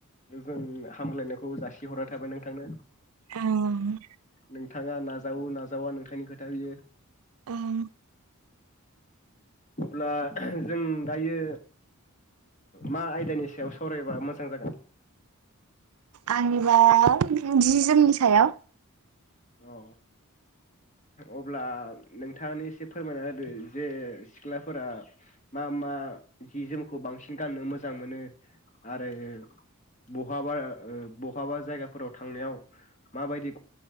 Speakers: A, on the left (about 35°); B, on the right (about 80°).
A: गोजोम हामलायनायखौ जासिहरना थाबाय नोंथांनो
B: ओं
A: नोंथाङा नाजावो नाजावा नोंथांनि खोथा बियो।
B: ओं
A: अब्ला जों दायो मा आयदानि सायाव सावरायबा मोजां जागोन?
B: आंनिबा जि जोमनि सायाव।
A: अ अब्ला नोंथाङानो एसे फोरमायना होदो जे सिख्लाफोरा मा मा जि जोमखौ बांसिन गाननो मोजां मोनो आरो बहाबा बहाबा जायगाफोराव थांनायाव माबायदि